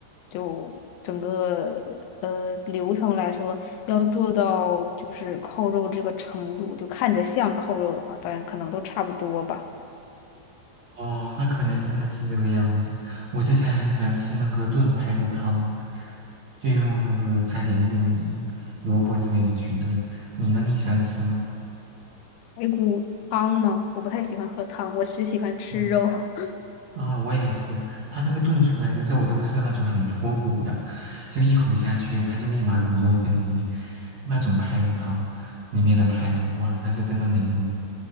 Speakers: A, on the left (about 80°); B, on the right (about 55°).
A: 就整个呃流程来说，要做到就是扣肉这个程度，就看着像扣肉的话，当然可能都差不多吧。
B: 哦，那可能真的是这个样子。我之前很喜欢吃那个炖排骨汤，就用那个加点玉米、萝卜之类的去炖。你呢？你喜欢吃吗？
A: 排骨汤吗？我不太喜欢喝汤，我只喜欢吃肉。
B: 嗯，
A: <laughs>
B: 啊，我也是。它那个炖出来的肉都是那种很脱骨的，就一口下去，它就立马骨肉分离。那种排骨汤里面的排骨，哇，那是真的美味。